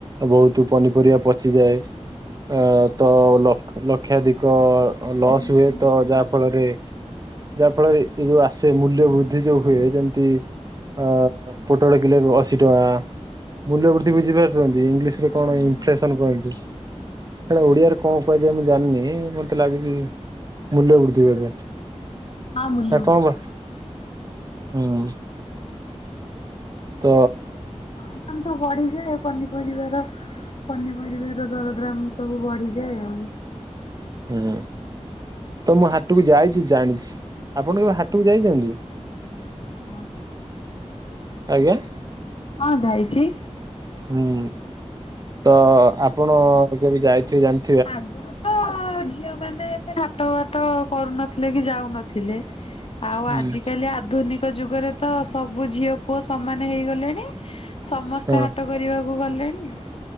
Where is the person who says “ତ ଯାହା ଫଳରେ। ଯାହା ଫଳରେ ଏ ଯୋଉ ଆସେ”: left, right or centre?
Right